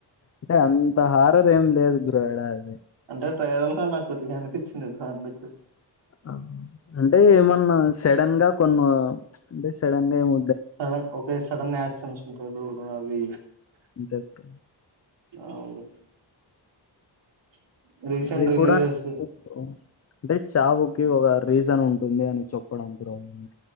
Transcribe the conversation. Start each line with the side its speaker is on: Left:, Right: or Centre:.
Left: అంటే అంత హారర్ర్ ఏం లేదు బ్రో ఆడ
Right: అంటే ట్రైలర్ నాకు కొద్దిగా అనిపించింది బ్రో అందుకు.
Left: ఆహా అంటే ఏమన్నా సడన్ గా కొన్ని అంటే సడన్ గా ఏమ
Right: సడన్ ఒకే సడన్ యాక్షన్స్ ఉంటాయి. <unintelligible>
Left: జప్ట్
Right: <unintelligible> రీసెంట్
Left: అది
Right: రిలీజెస్
Left: కూడా అంటే చావుకి ఒక రీజ రీజన్ ఉంటుంది అని చెప్పడానికి కూడ <inaudible>